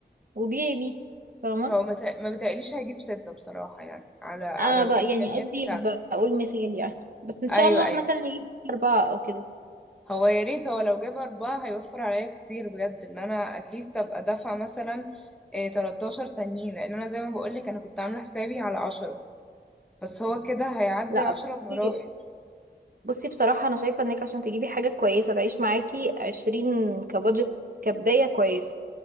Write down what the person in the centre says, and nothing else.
هو ما بتا... ما بتقليش هيجيب ستة بصراحة يعني على على
الإمكانيات
بتاعته
ايوه
ايوه
هو يا ريت هو لو جاب اربعة هيوفر عليا كتير بجد ان انا اتليست ابقى دافعة مثلا إيه 13 تانيين لان انا زي ما بقولك انا كنت عاملة حسابي على عشرة بس هو كده هيعدي
عشرة
بمراحل